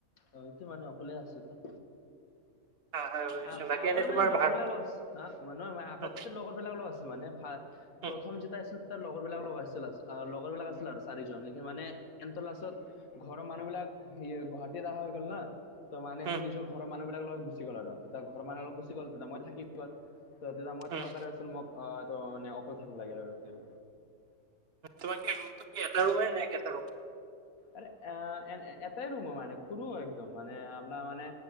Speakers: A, on the left; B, on the right.
A: এ মানে অকলে এতিয়া।
B: হয় হয় বুজিছো
A: আ-আগতে
B: বাকী এনে তোমাৰ
A: মানে লগৰ
B: ভাৰ
A: বিলাকৰ লগত আ, নহয় মই আগতে
B: হুম,
A: লগৰ বিলাকৰ লগত আছিল মানে ফা
B: হুম,
A: প্ৰথম যিতিয়া আছিলো তেতিয়া লগৰ বিলাকৰ লগত আছিল, আ লগৰ বিলাক আছিলে আৰু চাৰিজন মানে সেনতৰ লাষ্টত ঘৰৰ মানুহ বিলাক এয়া গুৱাহাটীত আহা হৈ গ'ল না। ত' মানেই
B: হুম,
A: নিজৰ ঘৰৰ মানুহবিলাকৰ লগত গুচি গ'ল আৰ, তিতা ঘৰৰ মানুহ লগত গুচি গ'ল, তিতা মই থাকি গল। ত' তিতিয়া মই
B: হুম,
A: থাকা কাৰণে চোন মোক আহ মানে অকল থাকিব লাগিল আৰু এতিয়া।
B: তোমাৰ কি ৰুমটো কি এটা ৰুমে নে কেটা ৰুম?
A: আৰে এ এ-এটাই ৰুম মানে খুৰো হয় একদম, মানে আপনাৰ মানে